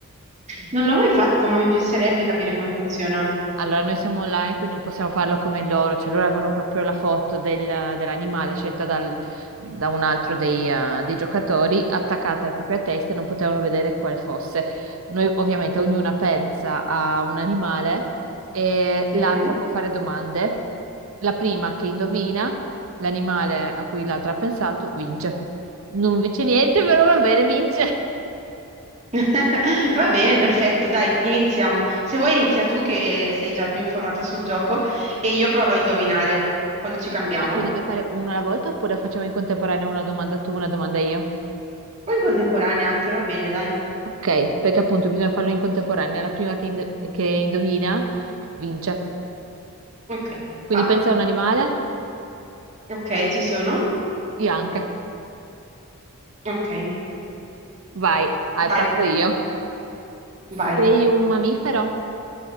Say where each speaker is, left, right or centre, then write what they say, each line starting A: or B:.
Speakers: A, on the right; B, on the right.
A: Non l'ho mai fatto, ma mi piacerebbe capire come funziona.
B: Allora, noi siamo online, quindi non possiamo farlo come loro, cioè loro avevano proprio la foto del- dell'animale scelta dal- da un altro dei, eh, dei giocatori attaccata alla propria testa e non potevano vedere quale fosse. Noi ovviamente ognuna pensa a un animale e
A: Mhm.
B: l'altra può fare domande. La prima che indovina l'animale a cui l'altra ha pensato vince. Non vince niente, però va bene, vince.
A: <laughs> Va bene, perfetto, dai, iniziamo. Se vuoi inizia tu che sei già più informata sul gioco e io provo a indovinare. Poi ci cambiamo.
B: Ah, quindi vuoi fare uno alla volta oppure facciamo in contemporanea una domanda tu, una domanda io?
A: O in contemporanea anche, va bene, dai.
B: Ok, perché appunto bisogna farlo in contemporanea. La prima che, ind- che indovina vince.
A: Ok, va.
B: Quindi pensa a un animale,
A: Ok, ci sono.
B: io anche.
A: Ok,
B: Vai, ah,
A: vai,
B: parto io.
A: vai.
B: Sei un mammifero?